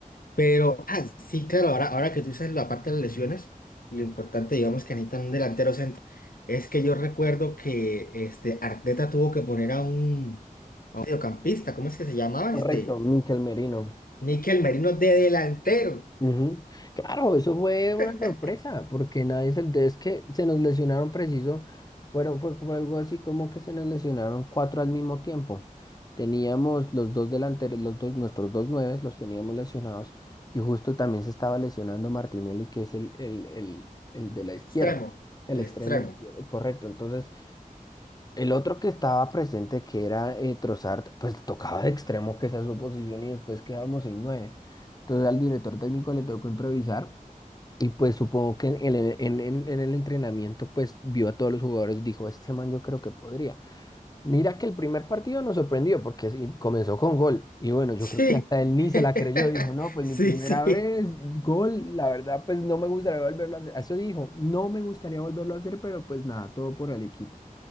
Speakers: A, on the left; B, on the left.
A: Pero, ah, sí, claro, ahora, ahora que tú dices la parte de las lesiones, lo importante, digamos, que necesitan un delantero centro. Es que yo recuerdo que este Arteta tuvo que poner a un, a un mediocampista, ¿cómo es que se llamaba
B: correcto,
A: este?
B: Mikel Merino.
A: Níquel Merino de delantero.
B: Ujú. Claro, eso fue
A: <laughs>
B: una sorpresa, porque nadie se es que se nos lesionaron preciso, fueron, fue, fue algo así como que se nos lesionaron cuatro al mismo tiempo. Teníamos los dos delanteros, los dos, nuestros dos nueves los teníamos lesionados, y justo también se estaba lesionando Martinelli, que es el, el, el, el de la izquierda,
A: Extremo.
B: el
A: El
B: extremo
A: extremo.
B: izquierdo, correcto. Entonces, el otro que estaba presente, que era eh, Trossard, pues tocaba de extremo, que esa es su posición, y después quedábamos sin nueve. Entonces al director técnico le tocó improvisar, y pues supongo que en el, en, en- en el entrenamiento, pues vio a todos los jugadores y dijo, este man yo creo que podría. Mira que el primer partido nos sorprendió, porque sí, comenzó con gol, y bueno, yo
A: Sí.
B: creo que hasta él ni se
A: <laughs>
B: la creyó, dijo, no, pues
A: Sí,
B: mi primera
A: sí.
B: vez, gol, la verdad, pues no me gustaría volverlo a hacer. Eso dijo, no me gustaría volverlo a hacer, pero pues nada, todo por el equipo.